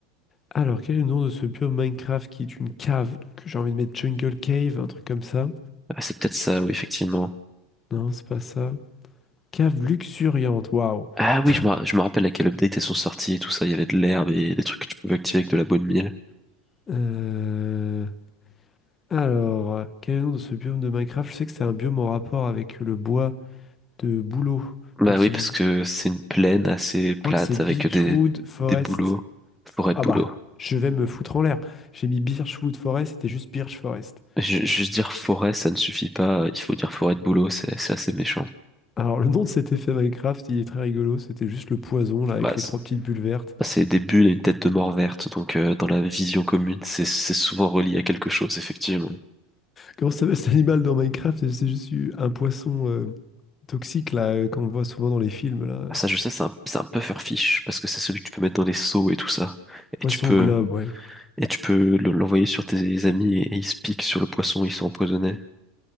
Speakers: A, on the left; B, in the centre.
A: Alors, quel est le nom de ce biome Minecraft qui est une cave? Donc, j'ai envie de mettre Jungle Cave, un truc comme ça.
B: Ah, c'est peut-être ça, oui, effectivement.
A: Non, c'est pas ça. Cave luxuriante, waouh.
B: Ah oui,
A: <laughs>
B: je me, ra- je me rappelle à quel update elles sont sorties et tout ça. Il y avait de l'herbe et des trucs que tu pouvais activer avec de la bonne mille.
A: Euh, Alors, euh, quel est le nom de ce biome de Minecraft? Je sais que c'est un biome en rapport avec le bois de bouleau.
B: Bah
A: Donc
B: oui,
A: c'est
B: parce
A: du... Je
B: que c'est une plaine assez plate
A: crois que c'est birchwood
B: avec des,
A: Forest.
B: des bouleaux, forêt de
A: Ah
B: bouleaux.
A: bah, je vais me foutre en l'air. J'ai mis Birchwood Forest, c'était juste Birch Forest.
B: Ju- Juste dire forêt, ça ne suffit pas. Il faut dire forêt de bouleaux, c'est c'est assez méchant.
A: Alors le nom de cet effet Minecraft, il est très rigolo. C'était juste le poison, là, avec
B: Bah,
A: les
B: c'est
A: trois petites bulles vertes.
B: bah, c'est des bulles et une tête de mort verte, donc euh, dans la vision commune, c'est c'est souvent relié à quelque chose, effectivement.
A: Comment ça s'appelle cet animal dans Minecraft? C'est juste un poisson euh, toxique, là, euh, qu'on voit souvent dans les films, là.
B: Ah, ça, je sais, c'est un, c'est un puffer fish parce que c'est celui que tu peux mettre dans les seaux et tout ça.
A: Poisson
B: Et tu peux,
A: globe, ouais.
B: et tu peux le- l'envoyer sur tes amis et, et ils se piquent sur le poisson, ils sont empoisonnés.